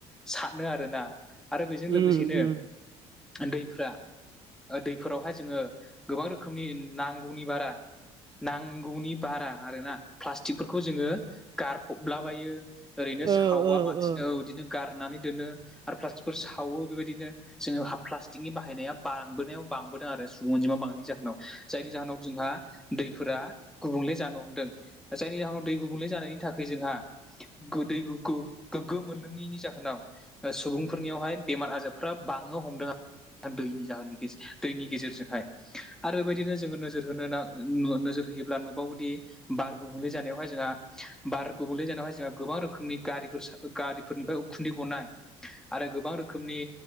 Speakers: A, in the centre; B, on the right.
A: सारनो आरोना आरो बेजों लोगोसेनो
B: उम उम
A: दैफ्रा दैफोरावहाय जोङो गोबां रोखोमनि नांगौनि बारा नांगौनि बारा आरोना प्लास्टिकफोरखौ जोङो गारफबलाबायो। ओरैनो
B: ओ
A: सावा
B: ओ
A: मासिनो
B: ओ
A: औ बिदिनो गारनानै दोनो आरो प्लास्टिकफोर सावो बेबायदिनो। जोङो हा प्लास्टिकनि बाहायनाया बांबोनायाव बांबोदों आरो सुबुं अनजिमा बांनायनि जाहोनाव जायनि जाहोनाव। जोंहा दैफोरा गुबुंले जानो हमदों जायनि जाहोनाव दै गुबुंले जानायनि थाखाय जोंहा गो दै गोग्गो मोनलोङैनि जाहोनाव सुबुंफोरनियावहाय बेमार आजारफ्रा बाङो हमदों दैनि जाहोन दैनि गेजेरजोंहाय आरो बेबायदिनो जोङो नोजोर होनो नोजोर होयोब्ला नुबावोदि। बार गुबुंले जानायावहाय जोंहा बार गुबुंले जानायावहाय जोंहा गोबां रोखोमनि गारिफोर गारिफोरनिफ्राय उखुन्दै गनाय आरो गोबां रोखोमनि